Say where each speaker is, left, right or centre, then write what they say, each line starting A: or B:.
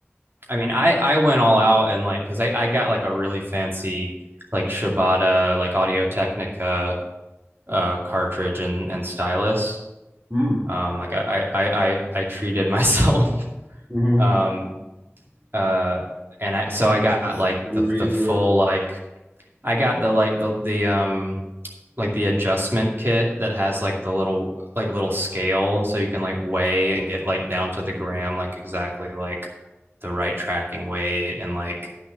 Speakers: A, on the right; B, on the right.
A: I mean, I I went all out and like cuz I I got like a really fancy like Shibata like Audio Technica uh cartridge and and stylus
B: Mm.
A: Um, like I, I, I, I treated <laughs> myself.
B: hmm
A: Um, uh, and I, so I got
B: It's
A: like
B: Lou
A: the,
B: Reed's
A: the full,
B: worth it.
A: like I got the, like the, the, um, like the adjustment kit that has like the little, like little scale. So you can like weigh and get like down to the gram, like exactly like the right tracking weight and like,